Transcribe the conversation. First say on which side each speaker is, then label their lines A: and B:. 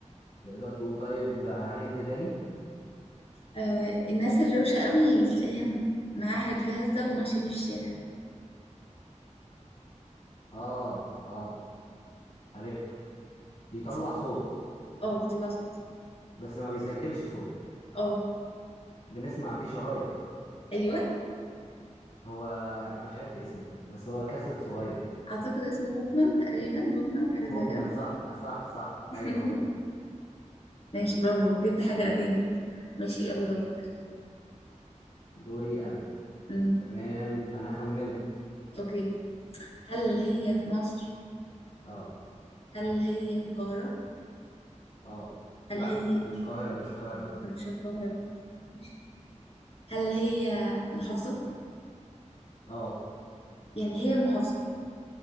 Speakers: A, on the left; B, on the left.
A: تقدر تقول طيب هنت تاني
B: آه الناس الروشه قوي اللي تلاقيها م- معاها الجهاز ده وماشيه بيه في الشارع
A: اه اه عرفته بيطلع
B: اسمه
A: صوت
B: اه بيطلع صوت
A: بس ما بيسجلش صوت
B: اه
A: بنسمع بيه شرايط
B: ايوه
A: هو انا مش عارف اسمه بس هو كاسيت صغير
B: اعتقد اسمه ووكمان تقريبا ووكمان حاجه زي
A: ووكمان
B: كده
A: صح صح صح
B: <laughs>
A: ايوه هو ده
B: ماشي برافو جبت حاجه قديمه ماشي يلا
A: تمام.
B: دورك
A: دوري انا
B: امم
A: تمام انا خمنت
B: اوكي هل هي في مصر
A: اه
B: هل هي في القاهره
A: اه
B: هل
A: لا
B: هي
A: مش القاهرة مش القاهرة لا
B: مش القاهره ماشي هل هي محافظه
A: اه
B: يعني هي محافظه